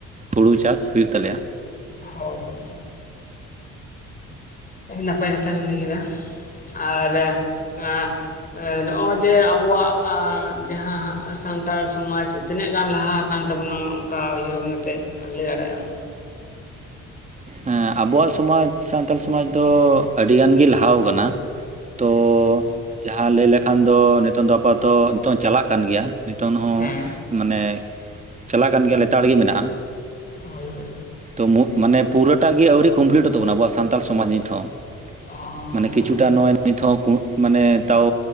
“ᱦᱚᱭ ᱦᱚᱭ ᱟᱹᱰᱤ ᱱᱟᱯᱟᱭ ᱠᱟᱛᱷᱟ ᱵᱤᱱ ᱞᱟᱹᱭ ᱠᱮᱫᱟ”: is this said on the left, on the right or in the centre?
Left